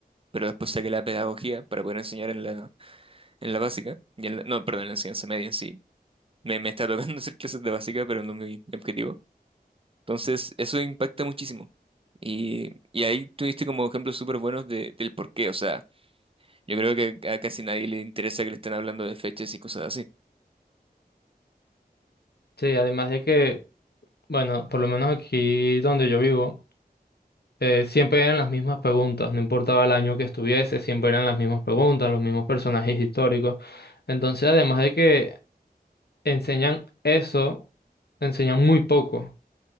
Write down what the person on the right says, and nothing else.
pero después saqué la pedagogía para poder enseñar en la en la básica, y en la- no, perdón, en la enseñanza media en sí. Me, me está tocando <laughs> hacer clases de básica, pero no es mi, mi objetivo. Entonces, eso impacta muchísimo. Y, y ahí tuviste como ejemplos súper buenos de, del por qué. O sea, yo creo que a casi nadie le interesa que le estén hablando de fechas y cosas así.